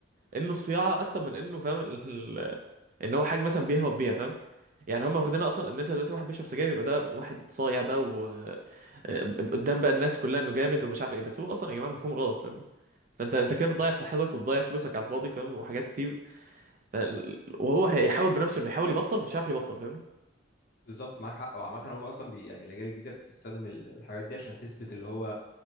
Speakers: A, on the right; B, on the left.
A: انه صياعه اكتر من انه فاهم ال... ال- ان هو حاجه مثلا بيهبط بيها فاهم يعني هم واخدينها اصلا ان انت دلوقتي واحد بيشرب سجاير يبقى ده واحد صايع بقى و آه، قدام بقى الناس كلها انه جامد ومش عارف ايه بس هو اصلا يا جماعه مفهوم غلط فاهمني فانت انت كده بتضيع صحتك وبتضيع فلوسك على الفاضي فاهم وحاجات كتير ف... وهو هيحاول بنفسه انه يحاول يبطل مش عارف يبطل فاهمني
B: بالظبط معاك حق وعامة هم أصلا بي يعني الأجيال الجديدة بتستخدم ال- الحاجات دي عشان تثبت اللي هو